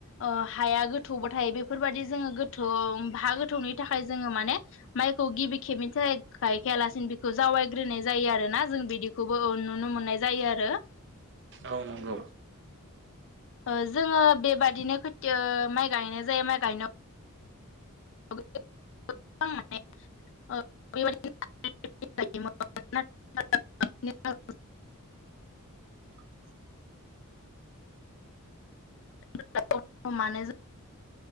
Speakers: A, on the left (about 60°); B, on the right (about 55°).
A: ओ हाया गोथौबाथाय बेफोरबदि जोङो गोथौ हा गोथौनि थाखाय जोङो माने माइखौ गिबि खेब मि थाखाय खेयालासिनो बिखौ जावायग्रोनाय जायो आरोना जों बिदिखौबो नुनो मोननाय जायो आरो।
B: औ नंगौ।
A: ओ जोङो बेबादिनो खोतथियो माइ गायनाय जायो माइ गायनो <unintelligible> <unintelligible>
B: <unintelligible>
A: <unintelligible>